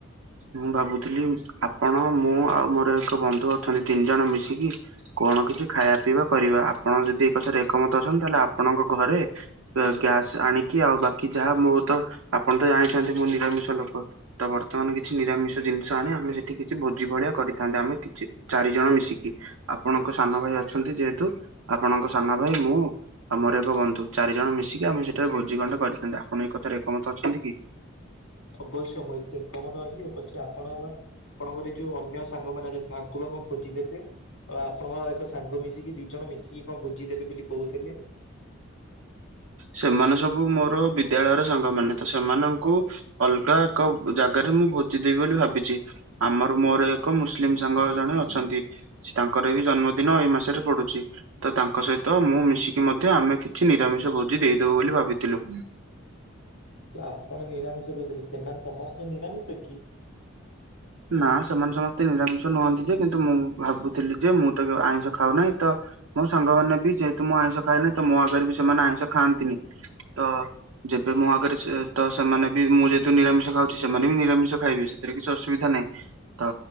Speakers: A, on the right; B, on the left.
A: ମୁଁ ଭାବୁଥିଲି ଆପଣ ମୁଁ ଆଉ ମୋର ଏକ ବନ୍ଧୁ ଅଛନ୍ତି। ତିନି ଜଣ ମିଶିକି କଣ କିଛି ଖାଇବା ପିଇବା କରିବା। ଆପଣ ଯଦି ଏ କଥାରେ ଏକମତ ଅଛନ୍ତି ତାହେଲେ ଆପଣଙ୍କ ଘରେ ଗ୍ୟାସ ଆଣିକି ଆଉ ବାକି ଯାହା ମୁ ତ ଆପଣ ତ ଜାଣିଚନ୍ତି ମୁଁ ନିରାମିଷ ଲୋକ। ତ ବର୍ତ୍ତମାନ କି ଛି ନିରାମିଷ ଜିନିଷ ଆଣି ଆମେ ସେଠି କିଛି ଭୋଜି ଭଳିଆ କରିଥାନ୍ତେ। ଆମେ କିଛି ଚାରିଜଣ ମିଶିକି। ଆପଣଙ୍କ ସାନ ଭାଇ ଅଛନ୍ତି ଯେହେତୁ ଆପଣଙ୍କ ସାନ ଭାଇ ମୁଁ ଆମର ଏକ ବନ୍ଧୁ ଚାରି ଜଣ ମିଶିକି ଆମେ ସେଠାରେ ଭୋଜିିଖଣ୍ଡେ କରିଥାନ୍ତେ। ଆପଣ ଏ କଥାରେ ଏକମତ ଅଛନ୍ତି କି?
B: ଅବଶ୍ୟ ମୁଁ ଏଥିରେ ଏକମତ ଅଛିି <unintelligible> ପଛେ ଆପଣ ବା ଆପଣଙ୍କ ଘରେ ଯୋଉ ଅନ୍ୟ ସାଙ୍ଗମାନେ ଅଛନ୍ତି ତାଙ୍କୁ ଆପଣ କଣ ଭୋଜି ଦେବେ? ଆଉ ଆପଣଙ୍କ ଏକ ସାଙ୍ଗ ମିଶିକି ଦି ଜଣ ମିଶିକି କଣ ଭୋଜି ଦେବେ ବୋଲି କୋହୁଥିଲେ?
A: ସେମାନେ ସବୁ ମୋର ବିଦ୍ୟାଳୟର ସାଙ୍ଗମାନେ ତ ସେମାନଙ୍କୁ ଅଲଗା ଏକ ଜାଗାରେ ମୁଁ ଭୋଜିଦବି ବୋଲି ଭାବିଚି। ଆମର ମୋର ଏକ ମୁସଲିମ୍ ସାଙ୍ଗ ଜଣେ ଅଛନ୍ତି। ସେ ତାଙ୍କର ବି ଜନ୍ମଦିନ ଏଇ ମାସରେ ପଡୁଚି ତ ତାଙ୍କ ସହିତ ମୁଁ ମିଶିକି ମଧ୍ୟ ଆମେ କିଛି ନି ରାମିଷ ଭୋଜି ଦେଇଦୋବୁ ବୋଲି ଭାବିଥିଲୁ।
B: ତ ଆପଣ ନିରାମିଷ ଭୋଜିରେ ସେମାନେ ସମସ୍ତେ ନିରାମିଷ କି?
A: ନା ସେମାନେ ସମସ୍ତେ ନିରାମିଷ ନୁହନ୍ତି ଯେ କିନ୍ତୁ ମୁଁ ଭାବୁଥିଲି ଯେ ମୁଁ ତ ଆଇଁଷ ଖାଉ ନାହିଁ ତ ମୋ ସାଙ୍ଗମାନେ ବି ଯେହେତୁ ମୁଁ ଆଇଁଷ ଖାଏନି ତ ମୋ ଆଗରେ ବି ସେମାନେ ଆଇଁଷ ଖାଆନ୍ତିନି ତ ଯେବେ ମୋ ଆଗରେ ସେ ତ ସେମାନେ ବି ମୁଁ ଯେହେତୁ ନିରାମିଷ ଖାଉଚି। ସେମାନେ ବି ନିରାମିଷ ଖାଇବେ ସେଥିରେ କିଛି ଅସୁବିଧା ନାହିଁ ତ